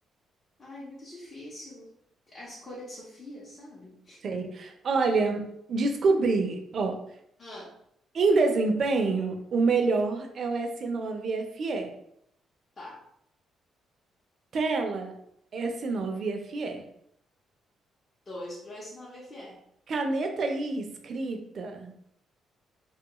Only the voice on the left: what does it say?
Ai, muito difícil. A escolha de Sofia, sabe?
Ah,
tá.
Dois pro s nove F fe